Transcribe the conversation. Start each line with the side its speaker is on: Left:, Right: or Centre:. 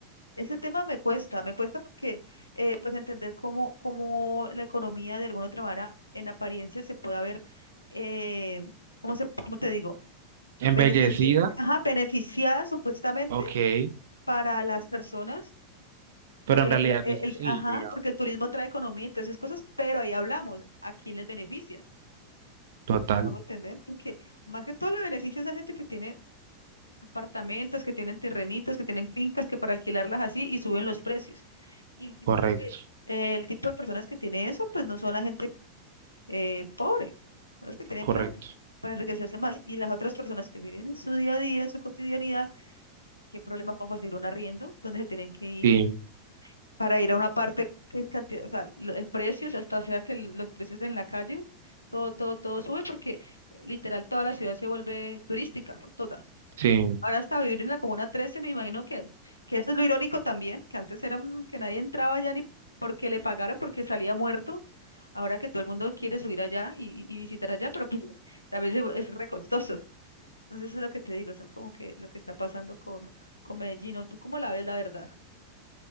Left: ese tema me cuesta, me cuesta porque eh, pues entender cómo, cómo la economía de alguna otra manera en apariencia se puede ver, eh, ¿cómo se, cómo te digo?
Right: Embellecida,
Left: Benefici- ajá, beneficiada supuestamente
Right: ok,
Left: para las personas,
Right: pero
Left: porque
Right: en
Left: el,
Right: realidad
Left: el- el-
Right: no es así,
Left: ajá,
Right: nega.
Left: porque el turismo trae economía y todas esas cosas, pero ahí hablamos, ¿a quién les beneficia?
Right: Total,
Left: Si no hago entender, porque más que todo le beneficia a esa gente que tiene apartamentos, que tienen terrenitos, que tienen fincas, que para alquilarlas así y suben los precios. Y y
Right: correcto,
Left: usted sabe que eh, el tipo de personas que tiene eso, pues no son la gente eh, pobre, son las que tienen
Right: correcto.
Left: plata para enriquecerse más. Y las otras personas que viven en su día a día, en su cotidianidad, ¿qué problema pongo conseguir un arriendo donde se tienen que ir
Right: Sí,
Left: para ir a una parte que es cantidad, o sea, lo- el precio, o sea, hasta sea que el- los precios en la calle, todo, todo, todo sube porque eh, literal toda la ciudad se vuelve turística, toda.
Right: sí.
Left: Ahora hasta vivir en la Comuna 13, me imagino que, que eso es lo irónico también, que antes era mm, que nadie entraba allá ni porque le pagaran, porque salía muerto. Ahora que todo el mundo quiere subir allá y, y visitar allá, pero pues, también se- es re costoso. Entonces eso es lo que te digo, son como que lo que está pasando con, con Medellín. ¿o ¿Tú cómo la ves, la verdad?